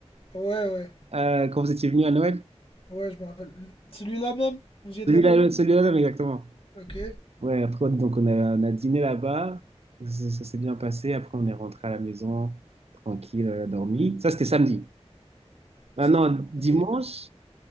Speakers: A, on the left (about 55°); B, on the right (about 65°).
A: ouais.
B: euh, quand vous étiez venu à Noël?
A: Ouais, je me rappelle. Celui-là même, vous y êtes
B: Celui-là,
A: allé?
B: celui-là, même, exactement.
A: Ok.
B: Ouais, après, donc, on a, on a dîné là-bas. Ça, ça s'est bien passé. Après, on est rentré à la maison, tranquille, on a dormi. Ça, c'était samedi. Maintenant,
A: C'était
B: dimanche.
A: ok.